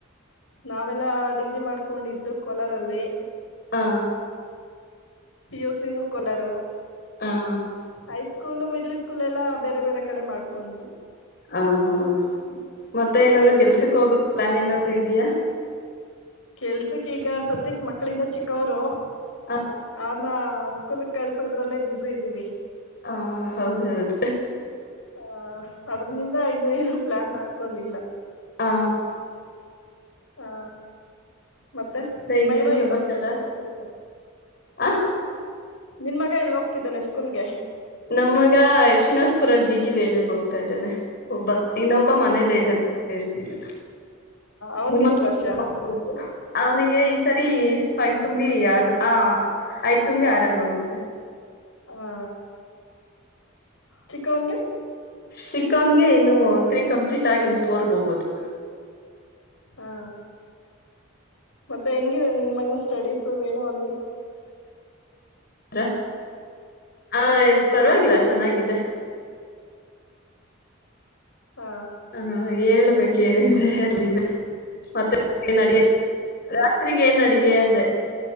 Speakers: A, on the left (about 80°); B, on the left (about 50°).
A: ನಾವೆಲ್ಲಾ ಡಿಗ್ರಿ ಮಾಡ್ಕೊಂಡಿದ್ದು ಕೋಲಾರಲ್ಲಿ.
B: ಆ
A: ಪಿಯುಸಿ ನೂ ಕೋಲಾರು.
B: ಹ
A: ಹೈ ಸ್ಕೂಲ್ ಮಿಡ್ಲಿ ಸ್ ಸ್ಕೂಲ್ ಎಲ್ಲಾ ಬೇರೆ ಬೇರೆ ಕಡೆ ಮಾಡ್ಕೊಂಡ್ವಿ.
B: ಹಾ ಹಾ ಮತ್ತೆ
A: ಹಾ
B: ಏನಾದ್ರು ಕೆಲ್ಸಕ್ ಹೋಗ್ ಪ್ಲಾನ್ ಏನಾದ್. ಪ್ರೀತಿಯಾ
A: ಕೆಲ್ಸಕ್ ಈಗ ಸದ್ಯಕ್ ಮಕ್ಳಿನ್ನು ಚಿಕ್ಕೊರು.
B: ಹ
A: ಅವನ್ನ <unintelligible> ಸ್ಕೂಲೀಗ್ ಕಳ್ಸೋದ್ರಲ್ಲೇ ಬಿಸಿ ಇದ್ದೀವಿ.
B: ಹಾ ಹೌದ ಹೌದ.
A: ಹ ಅದ್ರನಿಂದ ಇನ್ನು ಏನ್ ಪ್ಲಾನ್ ಮಾಡ್ ಇಕೊಂಡಿಲ್ಲ
B: ಹ
A: ಹಾ ಮತ್ತೆ ನಿನ್
B: ಇನ್ನೇನ್
A: ಮಗನೂ ಎಲ್ಲಿ
B: ಸಮಾಚಾರ
A: ಹೋಗ್ತಿದ್ದಾನೆ ಸ್ಕೂಲ್ಗೆ.
B: ಆ
A: ನಿನ್ ಮಗ ಎಲ್ ಹೋಗ್ತಿದ್ದಾನೆ ಸ್ಕೂಲ್ಗೆ.
B: ನಮ್ಮಗ ಶ್ರೀನಿವಾಸಪುರಲ್ಲಿ ಜಿಜಿಬ <unintelligible> ಎಣ್ಣ ಹೋಗ್ತಾ ಇದ್ದಾನೆ. ಒಬ್ಬ ಇನ್ನೊಬ್ಬ ಮನೇಲ್ಲೇ ಇದನೇ ಸೇರ್ಸಿಲ್ಲ
A: ಅವನ್ಗೆ
B: ನಿಮ್ <unintelligible>
A: ಎಷ್ಟು ವರ್ಷ
B: ಅವ್ನಗೆ ಸರೀ <unintelligible> ತುಂಬಿ ಆರ್ ಆ ಐದ್ ತುಂಬಿ ಆರಲ್ ಹೋಗುತ್ತೆ.
A: ಹಾ. ಚಿಕವನ್ಗೆ.
B: ಚಿಕವನ್ಗೆ ಇನ್ನು ತ್ರೀ ಕಂಪ್ಲೀಟ್ ಆಗಿ ಇನ್ ಫೋರ್ಗೆ ಹೋಗೋದು.
A: ಹಾ ಮತ್ತೆ <unintelligible> ನಿನ್ ಮಗನ್ ಸ್ಟಡೀಸ್ ವೇಣು <unintelligible>
B: ಹ್ ಆ
A: ಹೇಳ್ಬೇಕು
B: ಪರವಾಗಿಲ್ಲ ಚೆನ್ನಾಗಿದೆ.
A: ಆ
B: ಹಾ ಹೇಳ್ <unintelligible> <unintelligible> ಏನಿದೆ ಎಲ್ಲಿವ ಮತ್. ಏ ನಡಿಯೆ ರಾತ್ರಿಗೆ ಏನ್ ಅಡಗೆ ಅಂದೆ.